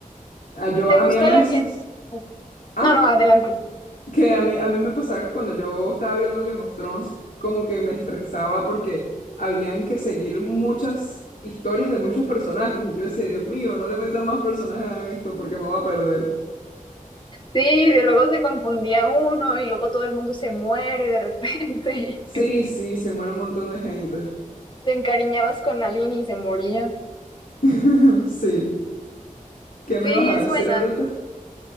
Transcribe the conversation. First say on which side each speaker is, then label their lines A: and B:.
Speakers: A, on the left (about 80°); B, on the left (about 35°).
A: Ah, yo,
B: te
A: a
B: gusta
A: mí a veces,
B: la ciencia?
A: ah,
B: No, no, adelante.
A: que a mí, a mí me pasaba que cuando yo estaba viendo Game of Thrones como que me estresaba porque habían que seguir muchas historias de muchos personajes y yo decía, Dios mío, no le meta más personajes a esto porque me va a perder.
B: Sí, de luego se confundía uno y luego todo el mundo se muere de repente. <laughs> y
A: Sí, sí, se muere un montón de gente.
B: Te encariñabas con alguien y se moría.
A: <laughs> Sí, ¿qué me
B: Sí,
A: vas a
B: es
A: decir
B: buena.
A: ahorita?